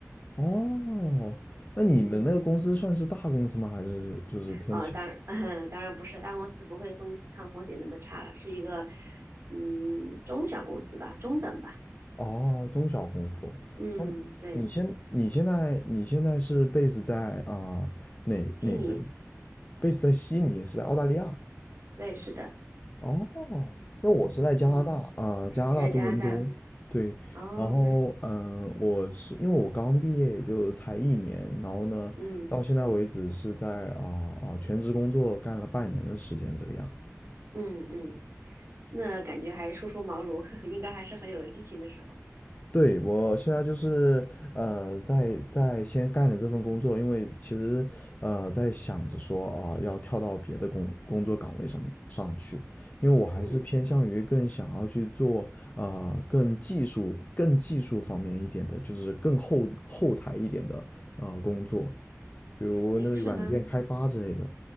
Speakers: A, on the left; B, on the right.
A: 哦，那你们那个公司算是大公司吗？
B: 嗯，
A: 还是就是偏小？
B: 哦，当然，<laughs> 当然不是，大公司不会风抗风险那么差了，是一个，嗯，中小公司吧，中等吧，
A: 哦，中小公司。
B: 嗯，
A: 那你现你现在你现在是
B: 对，
A: base 在啊、哪哪个地
B: 悉尼，
A: ？base 在悉尼，是在澳大利亚。
B: 对，是的，
A: 哦，因为我是在加拿大啊、
B: 嗯，
A: 呃加拿大多伦多，
B: 在加拿大，
A: 对，
B: 哦，
A: 然后嗯、呃我是因为我刚毕业也就才一年，然后呢，
B: 嗯
A: 到现在为止是在啊啊、全职工作干了半年的时间这个样。
B: 嗯嗯，那感觉还初出茅庐，<laughs> 应该还是很有激情的时候，
A: 对，我现在就是呃，在在先干着这份工作，因为其实呃在想着说啊、要跳到别的工工作岗位上上去，因为我还是偏向于更想要去做呃更技术、
B: 嗯，
A: 更技术方面一点的，就是更后后台一点的呃工作，比如那个软件开发之类的。
B: 诶，是吗？